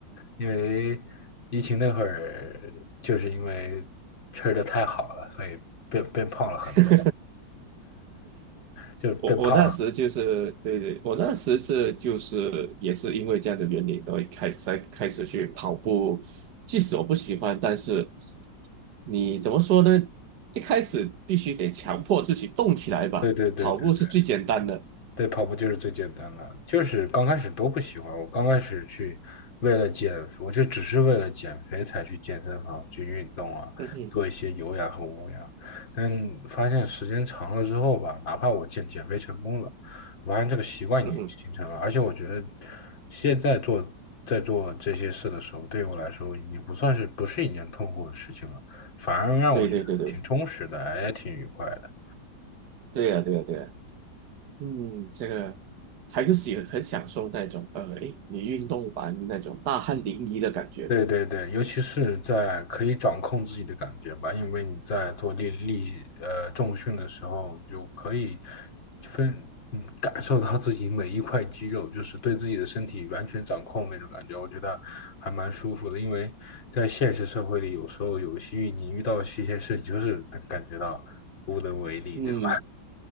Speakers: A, on the left (about 85°); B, on the right (about 65°).
A: 因为疫情那会儿，就是因为吃的太好了，所以变变胖了很多，
B: <laughs>
A: 就变胖了。
B: 我我那时就是对对，我那时是就是也是因为这样的原因，都会开始才开始去跑步。即使我不喜欢，但是你怎么说呢？一开始必须得强迫自己动起来吧，
A: 对对对对对
B: 跑步是最简单的。
A: 对，跑步就是最简单的，就是刚开始都不喜欢。我刚开始去为了减，我就只是为了减肥才去健身房去运动啊，
B: 嗯哼，
A: 做一些有氧和无氧。但发现时间长了之后吧，哪怕我减减肥成功了，我发现这个习惯已经形成了。
B: 嗯哼，
A: 而且我觉得现在做在做这些事的时候，对我来说已经不算是不是一件痛苦的事情了，反而让我觉得挺充实的，
B: 对对对对，
A: 也挺愉快的。
B: 对呀对呀对呀，嗯，这个还是喜很享受那种呃，诶，你运动完那种大汗淋漓的感觉。
A: 对对对，尤其是在可以掌控自己的感觉吧，因为你在做力力呃重训的时候，你就可以分嗯感受到自己每一块肌肉，就是对自己的身体完全掌控那种感觉，我觉得还蛮舒服的。因为在现实社会里，有时候有些你遇到一些事，就是能感觉到无能为力，
B: 嗯，
A: 对吧？